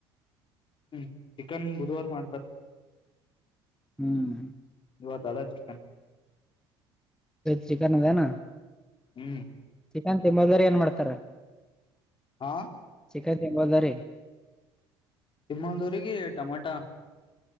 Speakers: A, on the left; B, in the centre.
A: ಹ್ಮ್ ಚಿಕನ್ ಬುಧವಾರ್ ಮಾಡ್ತಾರ್
B: ಹ್ಮ್
A: ಇವತ್ ಅದ ಚಿಕನ್
B: ಚಿಕನ್ ಅದೇನಾ
A: ಹ್ಮ್
B: ಚಿಕನ್ ತಿಂಬದರಿ ಏನ್ ಮಾಡ್ತಾರ
A: ಹಾ
B: ಚಿಕನ್ ತಿನ್ನಬಹುದ ರಿ
A: ತಿಮ್ಮೊಂದರಿ ಟಮಾಟ-